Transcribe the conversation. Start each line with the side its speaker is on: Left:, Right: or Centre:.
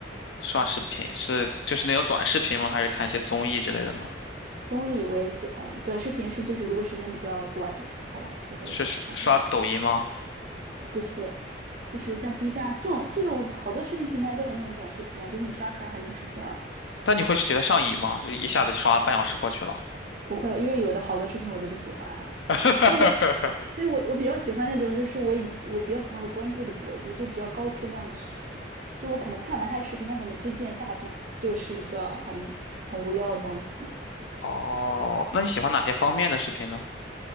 Left: 刷视频是就是那种短视频吗？还是看一些综艺之类的呢？
Right: 综艺我也喜欢，短视频是就是如果时间比较短的时候就会看一下，
Left: 就是刷刷抖音吗？
Right: 呃不是，就是像 B 站啊这种这种好多视频平台都有那种短视频啊，就是你刷刷它就出现了，
Left: 但你会觉得上瘾吗？就是一下子刷半小时过去了。
Right: 不会，因为有的好多视频我都不喜欢，
Left: <laughs>
Right: 但我，所以我我比较喜欢那种，就是我以我比较喜欢我关注的博主，就比较高质量的视频。就我可能看完他的视频，他可能推荐下一步就是一个很很无聊的东西，
Left: 哦，那你喜欢哪些方面的视频呢？